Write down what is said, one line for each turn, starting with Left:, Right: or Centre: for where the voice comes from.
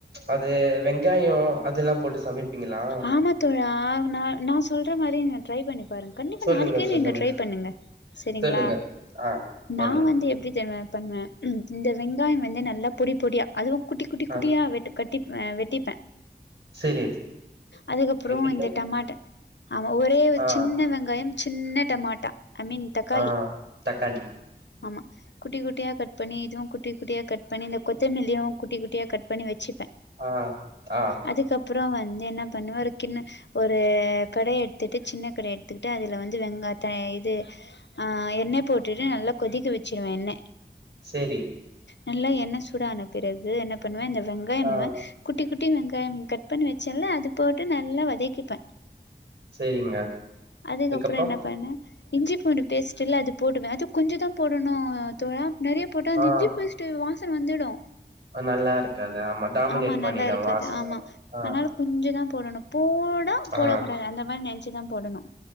Right: அது வெங்காயோ அதுல்லா போட்டு சமைப்பீங்களா
Left: ஆமா தோழா நா நா சொல்ற மாரி நீங்க ட்ரை பண்ணி பாருங்க கண்டிப்பா
Right: சொல்லுங்க
Left: நாளைக்கே
Right: சொல்லுங்க
Left: நீங்க ட்ரை பண்ணுங்க செரிங்ளா
Right: சொல்லுங்க ஆ
Left: நா
Right: பண்லா
Left: வந்து எப்டி தெரிமா பண்ணுவே ம் இந்த வெங்காயோ வந்து நல்லா பொடி பொடியா அதுவு குட்டி குட்டி
Right: ஆ
Left: குட்டியா வெட் கட்டிப் வெட்டிப்பே
Right: செரி
Left: அதுக்கப்றோ
Right: வெட்டிட்டு
Left: இந்த டமாட்ட ஆமா ஒரே ஒரு
Right: ஆ
Left: சின்ன வெங்காயம் சின்ன டமாட்டா ஐ மீன் தக்காளி
Right: ஆ தக்காளி
Left: ஆமா குட்டி குட்டியா கட் பண்ணி இதுவு குட்டி குட்டியா கட் பண்ணி இந்த கொத்தமல்லியு குட்டி குட்டியா கட் பண்ணி வச்சுப்பே
Right: ஆ ஆ
Left: அதுக்கப்றோ வந்து என்ன பண்ணுவே ஒரு கின்ன ஒரு கடைய எடுத்துட்டு சின்ன கடைய எடுத்துக்கிட்டு அதுல வந்து வெங்காயத்த இது ஆ எண்ணெ போட்டுடு நல்லா கொதிக்க வச்சுருவே எண்ணெ
Right: சேரி
Left: நல்லா எண்ணெ சூட ஆன பிறகு என்ன பண்ணுவே இந்த வெங்காயம
Right: ஆ
Left: குட்டி குட்டி வெங்காயம் கட் பண்ணி வச்சேல அது போட்டு நல்லா வதக்கிப்பே
Right: செரிங்க
Left: அதுக்கப்றோ
Right: இதுக்கப்றோ
Left: என்ன பண்ண இஞ்சி பூண்டு பேஸ்ட் இல்ல அது போடுவே அது கொஞ்சோ தா போடணு தோழா நெறைய போட்டோ அந்த
Right: ஆ
Left: இஞ்சி பூண்டு பேஸ்ட் ட்டு வாசன வந்துடு
Right: நல்லாருக்காது ஆமா டாமினேட்
Left: ஆமா நல்லாருக்காது
Right: பண்ணிடு வாசன
Left: ஆமா
Right: அது ஆ
Left: ஆனாலு கொஞ்சோ தா போடணு போடா போடக்கூடாது
Right: ஆ
Left: அந்த மாரி நெனச்சு தா போடணு